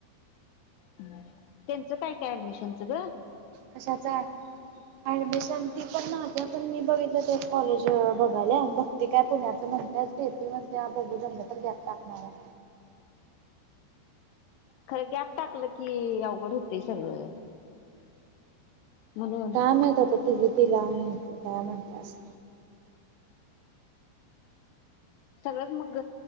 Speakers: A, on the left; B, on the right.
A: त्यांचं काय काय ऍडमिशनचं ग
B: कशाच अँ ऍडमिशन ती पण माझ्या पण मी बघितलं तेच कॉलेज बघायल्या भक्ती काय पुण्याच म्हणत्यां स्टेपी म्हणत्या बघू जमलं तर गॅप टाकणार आहे
A: खरं गॅप टाकलं कि अवघड हुतय सगळं <inaudible> म्हणून
B: काय माहित आता तिज तिला माहिती काय म्हणत्या अस
A: सगळंच मग